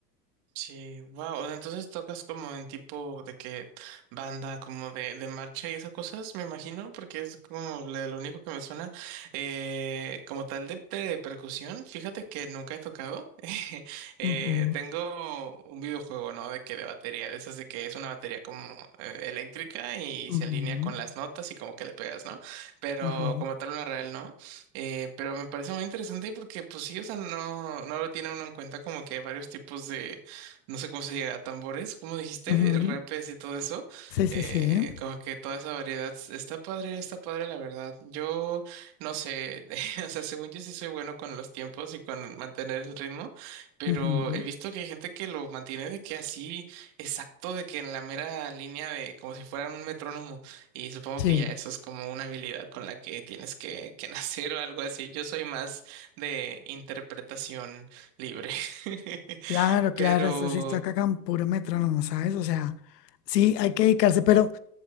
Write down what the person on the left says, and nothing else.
Ujú,
ujú,
Ajá.
Ujú.
Sí, sí,
sí.
Ujú,
Sí,
claro,
claro, esto sí está acá con puro metrónomo, ¿sabes? O sea, sí, hay que dedicarse, pero